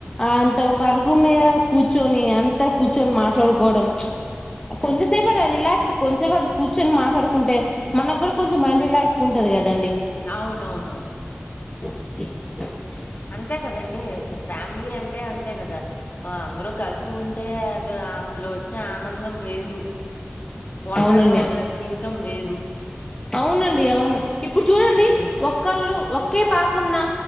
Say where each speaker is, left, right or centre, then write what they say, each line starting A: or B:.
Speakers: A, on the left (about 15°); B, on the left (about 45°).
A: అంత ఒక అరుగు మీద కూర్చొని అంత కూర్చొని మాట్లాడుకోవడం కొంచంసేపు రిలాక్స్ కొంచసేపు అ కూర్చొని మాట్లాడుకుంటే మనకు కూడా కొంచెం మైండ్ రిలాక్స్ ఉంటది కదండి
B: అవునవునవును
A: ప
B: అంటే కదండి ఫ్యామిలీ అంటే అంతే కదా ఆ అందరు కలిసి ఉంటే అదో అంద్ర చే ఆనందం వేరు ఒండరిగా
A: అవునండి
B: ఉన్న జీవితం వేరు
A: అవునండి అవును ఇప్పుడు చూడండి
B: హ్మ్.
A: ఒక్కళ్ళు ఒకే పాప ఉన్న